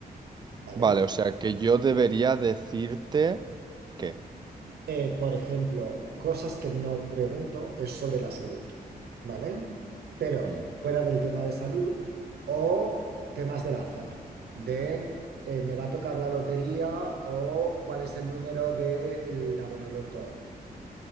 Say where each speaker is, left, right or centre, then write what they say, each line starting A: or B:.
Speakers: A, on the right; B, on the right.
A: ¿vale?
B: Vale, o sea que yo debería decirte qué.
A: Eh, por ejemplo, cosas que no pregunto es sobre la salud, ¿vale? Pero
B: Mm.
A: fuera del tema de salud o temas del azar, de eh, me va a tocar la lotería o cuál es el número de la Bonoloto.